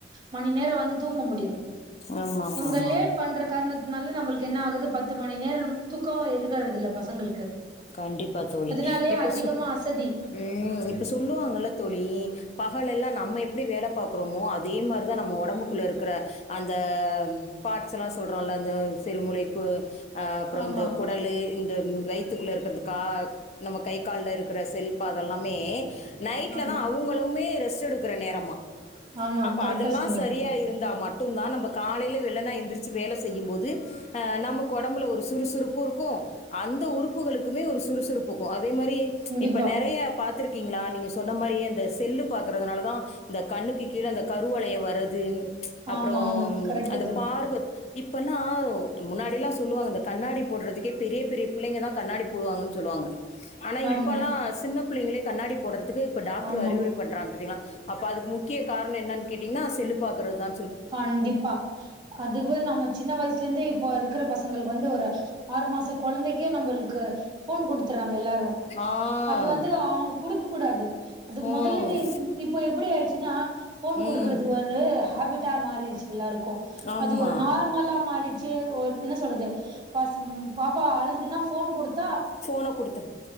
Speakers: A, on the right; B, on the left.
A: மணி நேரோ வந்து தூங்க முடியு
B: ஆமா ஆமா
A: இவங்க
B: ஆமா
A: லேட்
B: ஆமா
A: பண்ற காரணத் அதுனால நம்மளுக்கு என்ன ஆகுது பத்து மணி நேரோ தூக்கே இருக்கறது இல்ல பசங்களுக்கு
B: கண்டிப்பா தோழி
A: அதனாலயே
B: இப்ப
A: அதிகமா அசதி
B: உம் இப்ப சொல்லுவாங்கல்ல தோழி பகலெல்லா நம்ம எப்பிடி வேல பாக்குறோமோ அதே மாரிதா நம்ம ஒடம்புக்குள்ளே இருக்கற அந்த பார்ட்ஸ்ல்லா சொல்றோல்ல அந்த சிறுமூளைக்கு அ அப்புற
A: ஆமா
B: இந்த குடலு இந்த வயித் த்துகுள்ள இருக் துக்கர்த்துக்காக் நம்ம கை கால்ல இருக்கற செல்பா அதெல்லாமே நைட்லதா
A: ஆமா
B: அவுங்களுமே ரெஸ்ட் எடு க்குற நேரமா
A: ஆமா
B: அப்ப
A: கரெக்டா
B: அதெல்லா
A: சொன்னீங்க
B: சரியா இருந்தா மட் மட்டுந்தா நம்ம காலைல வெள்ளன எந்திரிச்சு வேல செய்யும்போது அ நமக்கு ஒடம்புல ஒரு சுறுசுறுப்பு இருக்கு அந்த உறுப்புகளுக் குமே ஒரு சுறுசுறுப்புக் கு அதே மாரி
A: கண்டிப்பா
B: இப்ப நெறயா பாத்ருக்கீங்களா நீங்க சொன் ன மாரி அந்த செல்லு பாக்கறதுனாலதா இந்த கண்ணுக்கு கீழ அந்த கருவளயொ வரது அப்பறோம்
A: ஆமா ஆமா கரெக்ட்டு
B: அந்த
A: தோழி
B: பார்வ இப்பல்லா முன்னாடிலா சொல்லுவாங்க இந்த கண்ணாடி போடுறதுக்கே பெரிய பெரிய புள்ளைங்கதா கண்ணாடி போடுவாங்கன் சொல்லுவாங்க ஆனா
A: ஆமா
B: இப்பல்லா சின்னப் புள்ளைங்களே கண்ணாடி போடுறது துக்கு இப்ப டாக்ட்ரு
A: ஆமா
B: அறிவுரை பண்றாங் பாத்தீங்ளா அப்ப அதுக்கு முக்கிய காரணொ என்னனு கேட்டீங்கன்னா செல்லு பாக்குறதா
A: கண்டிப்பா அதுக்கு நம்ம சின்ன வயசுலந்தே இப்ப இருக்கிற பசங்களுக்கு வந்து ஒரு ஆறு மாச கொழந்தைக்கே நம்பளுக்கு ஃபோன் குடுத்துறாங்க எல்லாரு
B: ஆ
A: அது வந்து அவங்க குடுக்க கூடாது அது
B: ம்
A: மொதல்லந்தே இப் இப்போ எப்படி ஆயிடுச்சுன்னா ஃபோன் குடுக்குறது
B: ம்
A: ஒரு ஹேபிட் டா மாறிடுச்சு எல்லாருக்கு
B: ஆமாம்
A: அது ஒரு நார்மலா மாறி ச்சு ஒரு என்ன சொல்லது பசும் பாப்பா அழுது துன்னா ஃபோன் குடுத்
B: ஃபோன குடுத்ரு